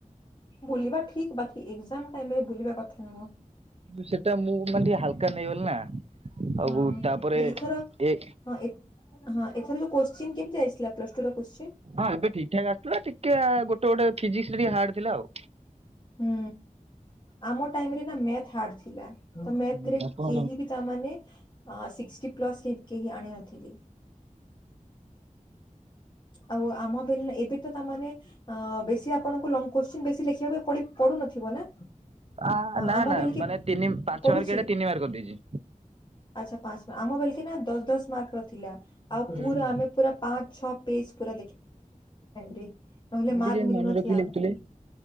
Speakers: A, on the left (about 35°); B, on the right (about 50°).
A: ବୁଲିବା ଠିକ ବାକି ଏକ୍ଜାମ୍ ଟାଇମ ରେ ବୁଲିବା କଥା ନୁହଁ।
B: କିୁ ସେଟା ମୁଁ ମାନେ ଟିକେ ହାଲକା ନେଇଗଲି ନା?
A: ହଁ
B: ଆଉ ତାପରେ
A: ଯେ ଏଥର
B: ଏ
A: ହଁ ଏ ହଁ ଏଥର ଯୋଉ କୋଶ୍ଚିନ୍ କେମିତି ଆସିଥିଲା ପ୍ଲସ ଟୁ ର କୋଶ୍ଚିନ୍?
B: ହଁ ଏବେ ଠିକ୍ ଠାକ୍ ଆସିୁଥିଲା ଟିକେ ଗୋଟେ ଗୋଟେ ଫିଜିକ୍ସ୍ ରେ ଟିକେ ହାର୍ଡ ଥିଲା ଆଉ।
A: ହୁଁ ଆମ ଟାଇମ ରେ ନା ମଥ ହାର୍ଡ ଥିଲା। ତ ମେରେ
B: ହଁ ହଁ
A: କେହି ବି ତା ମାନେ। ସିକ୍ସିଟି ପ୍ଲସ୍ କେହି ଆଣି ନଥିଲି। ଆଉ ଆମ ବେିଲ ଏବେ ତ ତାମାନେେ ଅ ବେଶୀ ଆପଣଙ୍କୁ ଲଙ୍ଗ କୋଶ୍ଚିନ୍ ବେଶୀ ଲେଖିବାକୁ ପଡ଼ିବ। ପଢୁ ନଥିବ ନା
B: ଆ ନା
A: ଆମ
B: ନା
A: ବଲ୍ କି
B: ମାନେ ତିନି ପାଞ୍ଚ
A: ପଡ଼ୁଚି।
B: ମାର୍କିଆ ଟା ତିନି ମାର୍କ କରିଦେଇଛି।
A: ଆଚ୍ଛା ପାଞ୍ଚ୍ ଆମ ବେଲ୍କ ନା ଦଶ୍ ଦଶ୍ ମାର୍କ ର ଥିଲା ଆଉ ପୁରା
B: ହୁଁ ହୁଁ
A: ଆମେ ପୁରା ପାଞ୍ଚ ଛଅ ପେଜ୍ ପୁରା। ଦେ ନହଲେ
B: କେମିତି
A: ମକୁ
B: କେଜାଣି ମନେ
A: ନଥିଲା
B: ରଖିକି ଲେଖୁଥିଲେ?
A: ଆମକୁ।